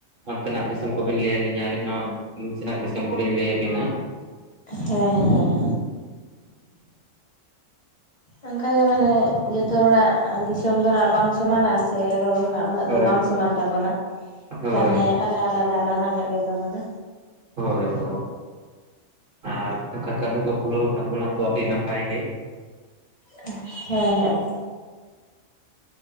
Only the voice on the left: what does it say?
ᱦᱮᱸ ᱦᱮᱸ᱾ ᱚᱱᱠᱟᱜᱮ ᱢᱟᱱᱮ ᱡᱚᱛᱚ ᱦᱚᱲᱟᱜ ᱫᱤᱥᱚᱢ ᱫᱚ ᱱᱟᱜ ᱵᱟᱝ ᱥᱚᱢᱟᱱᱟ ᱥᱮ ᱨᱚᱲ ᱨᱮᱱᱟᱜ ᱩᱱᱟᱹᱜ
ᱫᱚ ᱵᱟᱝ
ᱥᱚᱢᱟᱱ ᱛᱟᱵᱚᱱᱟ
ᱛᱟᱦᱚᱞᱮ, ᱟᱞᱟ ᱟᱞᱟᱫᱟ ᱟᱞᱟᱫᱟ ᱧᱚᱜ ᱜᱮᱛᱟᱵᱚᱱᱟ᱾
ᱦᱮᱸ ᱦᱮᱸ